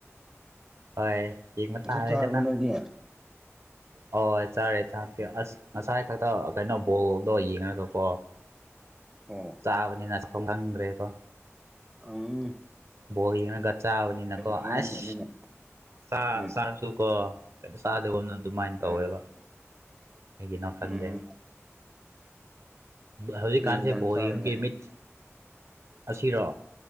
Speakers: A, on the right; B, on the right.
A: ꯍꯣꯏ ꯌꯦꯡꯕꯇꯥꯔꯦꯗꯅ
B: ꯆꯥꯛ ꯆꯥꯔꯕꯣ ꯅꯣꯏꯗꯤ
A: ꯍꯣꯏ ꯆꯥꯔꯦ ꯆꯥꯛꯇꯤ ꯑꯁ ꯉꯁꯥꯏ ꯈꯛꯇ ꯀꯩꯅꯣ ꯕꯣꯜꯗꯣ ꯌꯦꯡꯉꯒꯀꯣ
B: ꯑꯣ
A: ꯆꯥꯕꯅꯤꯅ ꯆꯐꯝ ꯈꯪꯗ꯭ꯔꯦꯕ
B: ꯑꯨꯝ
A: ꯕꯣꯜ ꯌꯦꯡꯉꯒ ꯆꯥꯕꯅꯤꯅꯀꯣ
B: ꯑꯃꯅꯤ
A: ꯑꯦꯁ
B: ꯑꯗꯨꯅ
A: ꯆꯥ
B: ꯎꯝ
A: ꯆꯥꯔꯁꯨ ꯀꯣ ꯀꯩꯅꯣ ꯆꯥꯗꯕꯅ ꯑꯗꯨꯃꯥꯏꯅ
B: ꯎꯝ
A: ꯇꯧꯋꯦꯕ ꯀꯩꯒꯤꯅꯣ ꯈꯪꯗꯦ
B: ꯎꯝ
A: ꯍꯧꯖꯤꯛꯀꯥꯟꯁꯦ
B: ꯀꯩ ꯏꯟꯁꯥꯡ
A: ꯕꯣꯜ
B: ꯆꯥꯔꯒꯦ
A: ꯌꯦꯡꯕꯩ ꯃꯤꯠ ꯑꯁꯤꯔꯣ